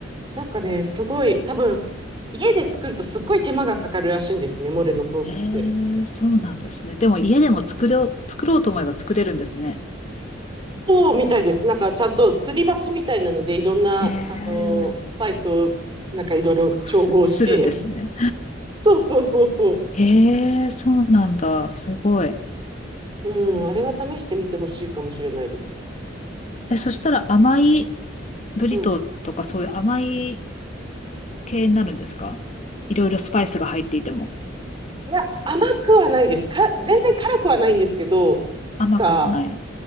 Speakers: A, on the right (about 25°); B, on the left (about 35°).
A: なんかね、すごい、多分、家で作るとすっごい手間がかかるらしいんですね、モレのソースって。
B: ええそうなんですね。でも家でも作ろう、
A: うん、
B: 作ろうと思えば作れるんですね。
A: そうみたいです。なんかちゃんとすり鉢みたいなので、いろんな、
B: ええ
A: あの、スパイスを、なんかいろいろ調合して。
B: す、するんですね。
A: そうそうそうそう。
B: <laughs> ええそうなんだ。すごい。
A: うん、あれは試してみてほしいかもしれないです。
B: え、そしたら甘いブリトーとかそういう甘い
A: うん
B: 系になるんですかいろいろスパイスが入っていても。
A: いや、甘くはないです。か、全然辛くはないんですけど、
B: 甘くもない。
A: が、